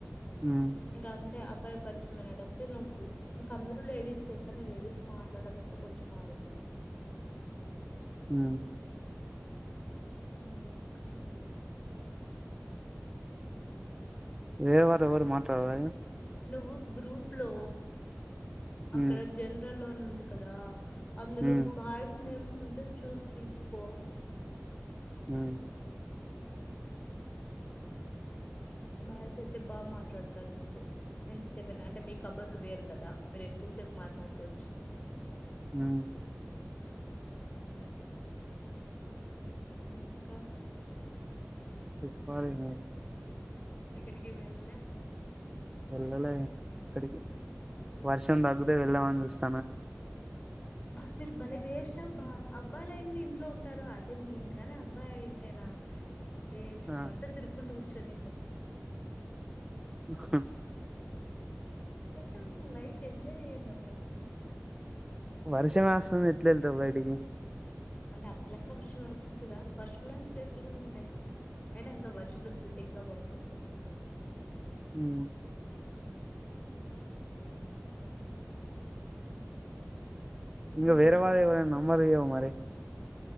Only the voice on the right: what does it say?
హ్మ్
హ్మ్
వేరే వారు ఎవరు మాట్లాడరా
ఉమ్
ఉమ్
హ్మ్
హ్మ్
చెప్పాలి నువ్వు
వెళ్ళలే ఎక్కడికి వర్షం తగ్గితే వెళ్ళ్దామని చూస్తు
ఆ
ఉహు
వర్షం ఏస్తుంది ఎట్లేలతం బయటికి
ఉ ఇం
వేరే
వాల్ల ఎవ నమ్మరిగా మరి